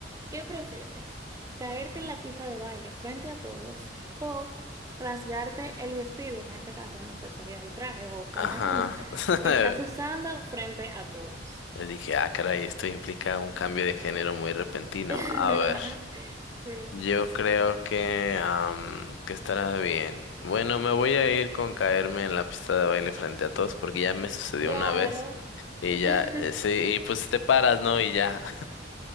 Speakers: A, on the right; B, on the left.
A: ¿qué prefieres? ¿Caerte en la pista de baile frente a todos o rasgarte el vestido, que en este caso no sé, sería el traje o
B: Ajá.
A: pantalón, <laughs>
B: <laughs>
A: que estás usando frente a todos?
B: Le dije, ah, caray, esto implica un cambio de género muy repentino.
A: <laughs>
B: A ver.
A: Sí,
B: Yo creo que, am, que estará bien. Bueno, me voy a ir con caerme en la pista de baile frente a todos porque ya me sucedió
A: claro.
B: una vez y ya,
A: <laughs>
B: eh, sí, y pues te paras, ¿no? Y ya, <laughs>